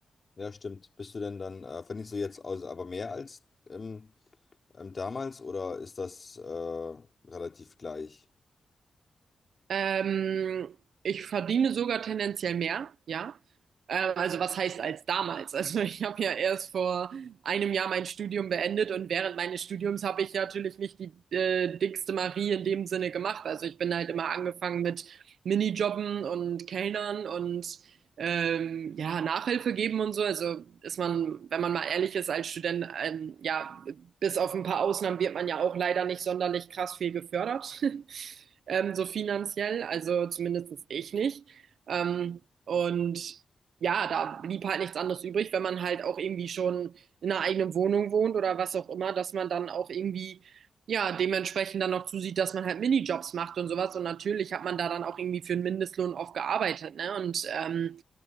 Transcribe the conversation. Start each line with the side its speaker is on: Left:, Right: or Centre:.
Left: Ja, stimmt. Bist du denn dann, äh, verdienst du jetzt also aber mehr als ähm, ähm, damals oder ist das äh, relativ gleich?
Right: Ähm, ich verdiene sogar tendenziell mehr, ja. Ähm, also was heißt als damals? <laughs> Also ich habe ja erst vor einem Jahr mein Studium beendet und während meines Studiums habe ich natürlich nicht die äh, dickste Marie in dem Sinne gemacht. Also ich bin halt immer angefangen mit Minijobben und Kellnern und ähm, ja, Nachhilfe geben und so. Also ist man, wenn man mal ehrlich ist, als Student ähm, ja bis auf ein paar Ausnahmen wird man ja auch leider nicht sonderlich krass viel gefördert, <laughs> ähm, so finanziell, also zumindest ich nicht. Ähm, und ja, da blieb halt nichts anderes übrig, wenn man halt auch irgendwie schon in einer eigenen Wohnung wohnt oder was auch immer, dass man dann auch irgendwie ja, dementsprechend dann noch zusieht, dass man halt Minijobs macht und sowas. Und natürlich hat man da dann auch irgendwie für einen Mindestlohn oft gearbeitet, ne? Und ähm,